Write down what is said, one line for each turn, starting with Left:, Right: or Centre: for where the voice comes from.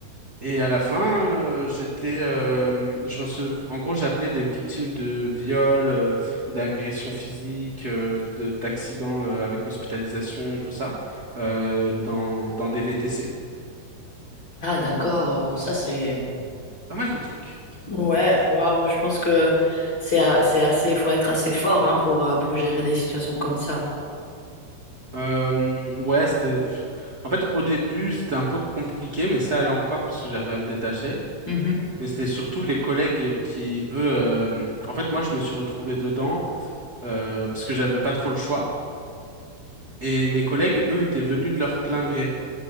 Right: Et à la fin, euh, j'étais, euh, je recevais, en gros, j'appelais des victimes de viols, euh, d'agressions physiques, euh, de- d'accidents euh, avec hospitalisation, tout ça, euh, dans dans des VTC.
Left: Ah, d'accord, Oh, ça c'est.
Right: J'ai fait euh, pas mal de trucs.
Left: Ouais, waouh, je pense que c'est a- c'est assez, il faut être assez fort hein, pour, euh, pour gérer des situations comme ça.
Right: Euh, ouais, c'était. pff. En fait, au début, c'était un peu compliqué, mais ça allait encore parce que j'arrivais à me détacher.
Left: Mhm.
Right: Mais c'était surtout les collègues qui, eux, euh, en fait, moi, je me suis retrouvé dedans euh, parce que j'avais pas trop le choix. Et mes collègues, eux, étaient venus de leur plein gré.